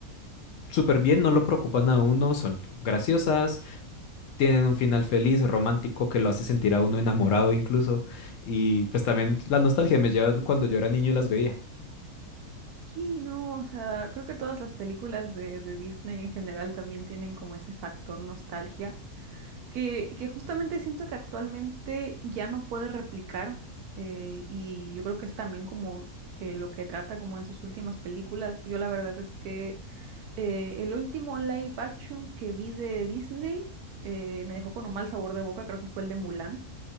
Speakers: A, on the left; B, on the right.
A: súper bien, no lo preocupan a uno, son graciosas, tienen un final feliz, romántico, que lo hace sentir a uno enamorado incluso. Y pues también la nostalgia me lleva cuando yo era niño y las veía.
B: Sí, no, o sea, creo que todas las películas de, de Disney en general también tienen como ese factor nostalgia, que, que justamente siento que actualmente ya no puede replicar, eh, y yo creo que es también como que lo que trata como en sus últimas películas, yo la verdad es que Eh, el último live action que vi de Disney eh, me dejó con un mal sabor de boca, creo que fue el de Mulan.